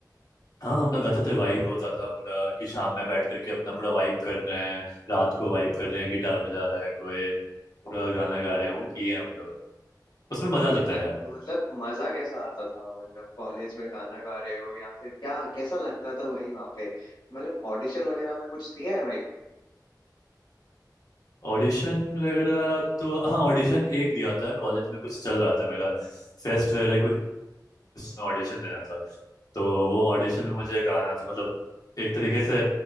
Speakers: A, on the left; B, on the left.
A: हाँ हम लोग गाते
B: भाई
A: थे वाइब होता था पूरा कि शाम में बैठ करके अपना पूरा वाइब कर रहे हैं रात को वाइब कर रहे हैं गिटार बजा रहा है कोई पूरा गाना गा रहे हैं वो किए हम लोग उसमें मजा
B: बिल्कुल,
A: आता
B: क्या
A: था यार
B: मतलब मजा कैसा आता था मतलब कॉलेज में गाना गा रहे हो या फिर क्या कैसा लगता था भाई वहां पे मतलब ऑडिशन वगैरह में कुछ दिया है भाई
A: ऑडिशन वगैरह तो हाँ ऑडिशन एक दिया था कॉलेज में कुछ चल रहा था मेरा फेस्ट वगैरह कुछ ऑडिशन देना था तो वो ऑडिशन में मुझे गाना था मतलब एक तरीके से